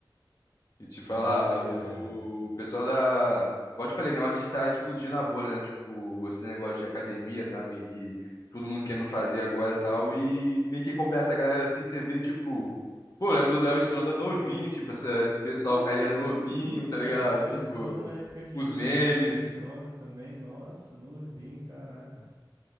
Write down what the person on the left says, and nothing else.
E te
falar,
o pessoal da. Igual eu te falei, o negócio de tá explodindo a bolha, né? Tipo, esse negócio de academia, tá meio que todo mundo querendo fazer agora e tal. E meio que acompanha essa galera assim, você vê, tipo, pô, eu lembro do Léo Stronda novinho, tipo, essa- esse pessoal,
o cara era
novinho, tá
ligado?
Tipo,
os
memes.